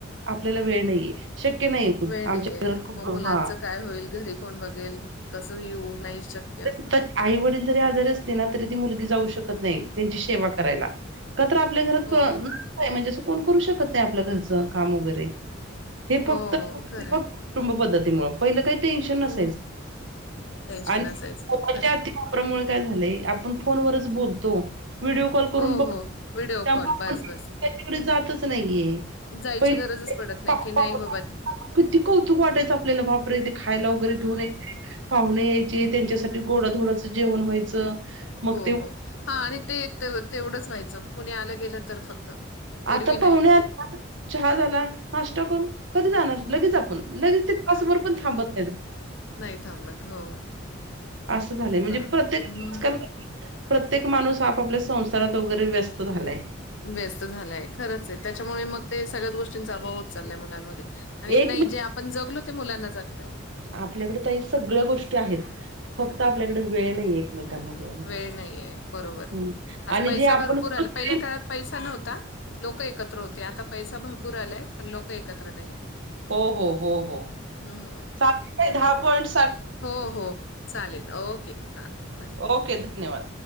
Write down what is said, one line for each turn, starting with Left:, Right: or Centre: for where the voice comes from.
Right: आपल्याला वेळ नाहीे, शक्य नाही. आमच्या
Left: वेळ नाहीे,
Right: घरात खूप
Left: मग मुलांचं
Right: हां.
Left: काय होईल. घरी कोण बघेल, कसं येऊ नाही शक्य.
Right: त्यात आई वडील जरी आजारी असली ना तरी ती मुलगी जाऊ शकत नाही, त्यांची सेवा करायला. का तर आपल्या घरात
Left: हो,
Right: <unintelligible> म्हणजे असं कोण करू शकत नाही आपल्या घरचं काम वगैरे. हे फक्त
Left: हो.
Right: <unintelligible>
Left: खरं आहे.
Right: कुटुंब पद्धतीमुळं. पहिलं काही टेन्शन नसायचं.
Left: हं. टेन्शन
Right: आणि <unintelligible>
Left: नसायचं. खरं आहे.
Right: मुळे काय झालंय आपण फोनवरच बोलतो. व्हिडिओ कॉल करून
Left: हो,
Right: बघ
Left: हो. व्हिडिओ
Right: त्या
Left: कॉल
Right: <unintelligible>
Left: बस, बस.
Right: ते तिकडे जातच नाहीये.
Left: जायची
Right: पहिले
Left: गरजच पडत
Right: <unintelligible>
Left: नाही, की नाही बाबा
Right: किती कौतुक वाटायचं आपल्याला बापरे, ते खायला वगैरे
Left: हं.
Right: घेऊन यायचे. पाहुणे यायचे, त्यांच्यासाठी गोडाधोडाचं जेवण व्हायचं. मग
Left: हो,
Right: ते
Left: हो. हा आणि ते तेवढंच व्हायचं कोणी आलं गेलं तर फक्त
Right: आता
Left: एरवी नाही.
Right: पाहुणे आ <unintelligible> चहा झाला, नाश्ता करून कधी जाणार? लगेच आप कोण लगेच तिथं तासभर पण थांबत नाहीत.
Left: नाही थांबत हो.
Right: असं झालंय म्हणजे
Left: बरोबर.
Right: प्रत्येक
Left: हं.
Right: आजकाल प्रत्येक माणूस आपापल्या संसारात वगैरे व्यस्त झालाय.
Left: व्यस्त झालाय. खरंच आहे त्याच्यामुळे मग ते सगळ्याच गोष्टींचा अभाव होत चाललाय मुलांमध्ये. आणि
Right: एक
Left: नाही जे आपण जगलो ते मुलांना जगतायेत.
Right: आपल्याकडं ताई सगळ्या गोष्टी आहेत. फक्त आपल्याकडे वेळ नाही एकमेकांना द्यायला.
Left: वेळ नाहीये बरोबर.
Right: हम्म
Left: आज
Right: आणि
Left: पैसा
Right: जे आपण
Left: भरपूर
Right: कृत्रिम
Left: आला पहिल्या काळात पैसा नव्हता लोक एकत्र होते. आता पैसा भरपूर आलाय, पण लोक एकत्र नाही आहेत.
Right: हो, हो, हो, हो.
Left: हम्म
Right: चालतंय दहा पॉइंट्स
Left: हो, हो चालेल. ओके हा बास.
Right: ओके, धन्यवाद.